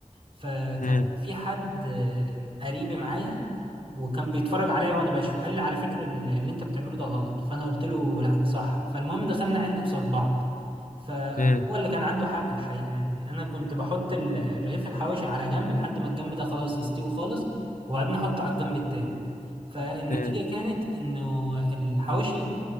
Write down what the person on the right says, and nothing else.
فكان
في حد آه، قريب معايا وكان بيتفرج عليا وانا بشوي قال لي على فكرة ال- اللي انت بتعمله ده غلط فانا قلت له لا صح فالمهم دخلنا عنده قصاد بعض فهو
اللي كان عنده حق الحقيقة يعني انا كنت بحط ال- رغيف الحواشي على جنب لحد ما الجنب ده خلاص يستوي خالص وبعدين احطه على الجنب التاني فالنتيجة
كانت انه الحواشي